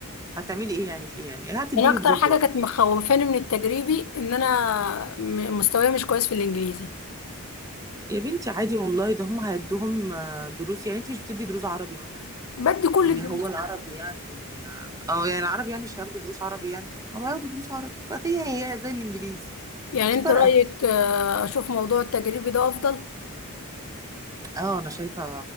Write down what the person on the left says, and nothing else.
يعني اكتر
حاجه
كانت مخوفاني من التجريبي ان انا م- مستواي مش كويس في الانجليزي
بدي كل
الدروس
يعني
انت
رايك آه، اشوف موضوع التجريبي ده افضل